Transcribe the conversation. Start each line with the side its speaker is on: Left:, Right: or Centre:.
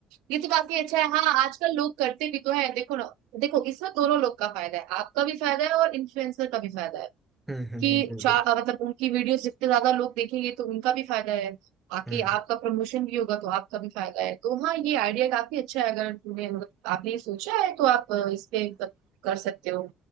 Right: ये तो काफी अच्छा है हाँ आजकल लोग करते भी तो है देखो ना देखो इसमें दोनों लोग का फायदा है आपका भी फायदा है और इन्फ्लुएंसर का भी फायदा है
Centre: हम्म हम्म
Right: कि
Centre: हम्म, बिल्कुल
Right: चार मतलब उनकी वीडियोस जितने ज्यादा लोग देखेंगे तो उनका भी फायदा है बाकी
Centre: हम्म
Right: आपका प्रमोशन भी होगा तो आपका भी फायदा है तो हाँ ये आइडिया काफी अच्छा है अगर तुमने मतलब आपने ये सोचा है तो आप अ, इस पे कर सकते हो